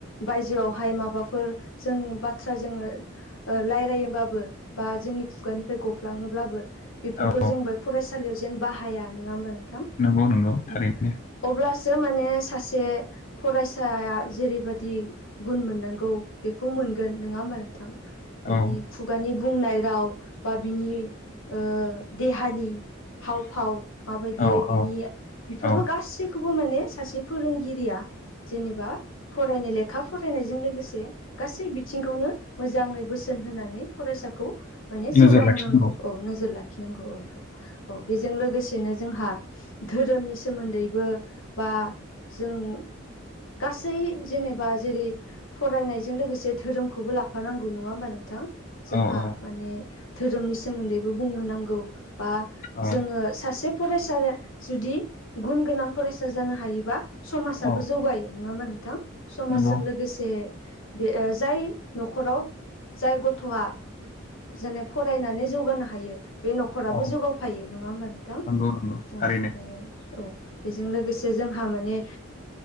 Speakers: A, on the left; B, on the left.
A: बायजोआवहाय माबाफोर जों बाथ्रा जोङो ओ रायलायोबाबो बा जोंनि खुगानिफ्राय गफ्लाङोब्लाबो बेफोरखौ
B: औ औ
A: जोंबो बे फरायसालियाव जेन बाहाया नोङा होमबा नोंथां?
B: नंगौ नंगौ थारैनो।
A: उम अब्लासो माने सासे फरायसाया जेरैबादि गुन मोननांगौ बेखौ मोनगोन नङा होमबा नोंथां? बेनि
B: औ
A: खुगानि बुंनाय राव बा बिनि ओ देहानि हाव फाव माबायदियै
B: औ
A: बिनि
B: औ
A: बेफोरखौ
B: औ
A: गासिख खौबो माने सासे फोरोंगिरिया जेनेबा फरायनाय लेखा फरायनायजों लोगोसे गासै बिथिंखौनो मोजाङै बोसोन होनानै फरायसाखौ माने जौगाहोनांगौ
B: नोजोर लाखिनांगौ
A: औ नोजोर लाखिनांगौ औ औ औ। बेजों लोगोसेनो जोंहा धोरोमनि सोमोन्दैबो बा जों गासै जेनेबा जेरै फरायनाय जों लोगोसे धोरोमखौबो लाफानांगौ नङा होमबा नोंथां? जोंहा
B: औ औ
A: माने धोरोमनि सोमोन्दैबो बुंनो नांगौ बा
B: औ
A: जोङो सासे फरायसाया जुदि गुन गोनां फरायसा जानो हायोबा समाजाबो
B: औ
A: जौगायो नङा होमबा नोंथां? समाजजों
B: नंगौ
A: लोगोसे बे ओ जाय न'खराव जाय गथ'आ जोने फरायनानै जौगानो हायो। बे न'खराबो
B: औ
A: जौगावफायो नङा होमबा नोंथां?
B: नंगौ नंगौ
A: औ नोंगौ।
B: थारैनो
A: औ बेजों लोगोसे जोंहा माने